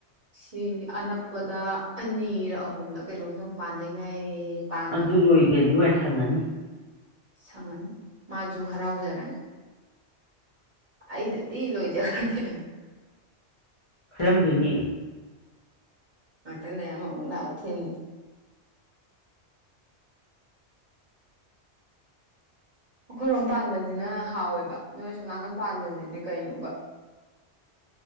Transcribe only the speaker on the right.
ꯁꯤ ꯑꯅꯛꯄꯗ ꯑꯅꯤꯔꯛ ꯑꯍꯨꯝꯂꯛ ꯀꯩꯅꯣꯝꯗꯪ ꯃꯄꯥꯟꯗꯩ ꯉꯥꯏꯔꯤ ꯄꯥꯟ
ꯁꯪ ꯃꯖꯨꯍ ꯔꯥꯎꯖꯔꯟ ꯑꯩꯗ ꯇꯤ ꯂꯣꯏꯖꯔꯒꯦ
ꯃ ꯂꯩꯃ ꯊꯤꯟ ꯑꯩꯈꯣꯏꯔꯣꯝ ꯄꯥꯟꯕꯁꯤꯅ ꯍꯥꯎꯋꯦꯕ ꯅꯣꯏ ꯑꯁꯣꯝ ꯅꯥꯀꯟ ꯄꯥꯟꯕꯁꯤꯗꯤ ꯀꯩꯅꯣꯕ <unintelligible>